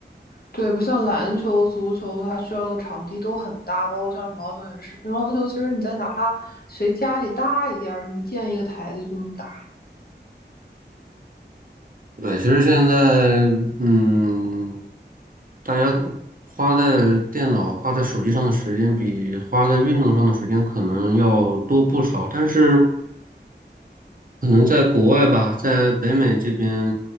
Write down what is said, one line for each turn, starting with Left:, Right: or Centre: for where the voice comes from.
Left: 对，不像篮球、足球，它需要的场地都很大，包括像羽毛球也是。乒乓球其实你在哪怕谁家里大一点儿，你建一个台子都能打。
Right: 对，其实现在，嗯，大家花在电脑、花在手机上的时间，比花在运动上的时间可能要多不少。但是，可能在国外吧，在北美这边，